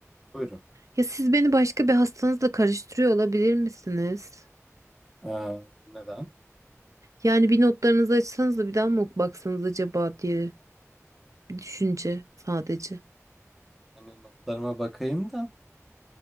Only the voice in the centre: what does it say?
Buyurun.
Ee, neden?
Yani notlarıma bakayım da.